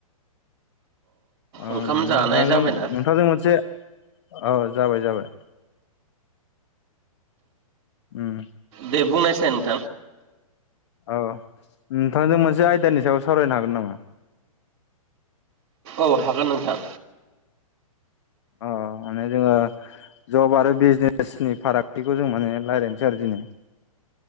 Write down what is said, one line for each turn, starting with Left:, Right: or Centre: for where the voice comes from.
Left: उम
Right: ओंखाम जानाय
Left: नोंथाजों
Right: जाबायना
Left: नोंथांजों मोनसे ओ जाबाय जाबाय उम
Right: दे बुंनायसाय नोंथां
Left: औ नोंथांजों मोनसे आयदानि सायाव सावरायनो हागोन नामा?
Right: औ हागोन नोंथां।
Left: अ माने जोङो जब आरो बिजनेसनि फारागथिखौ जों माने रायज्लायनोसै आरो दिनै